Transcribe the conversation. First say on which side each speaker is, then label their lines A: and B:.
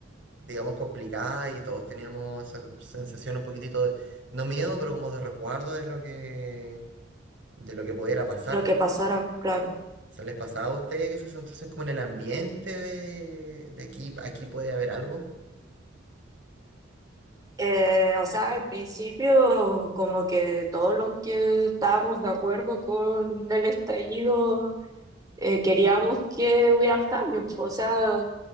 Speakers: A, on the right (about 70°); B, on the right (about 20°).
A: digamos, complicada y todos teníamos esa sensación un poquitito de, no miedo, pero como de resguardo de lo que, de lo que pudiera pasar.
B: lo que pasara, claro.
A: ¿Se les pasaba a ustedes esa sensación como en el ambiente de, de aquí, aquí puede haber algo?
B: Eh, o sea, al principio como que todos los que estábamos de acuerdo con el estallido eh, queríamos que hubieran cambios. pues, O sea,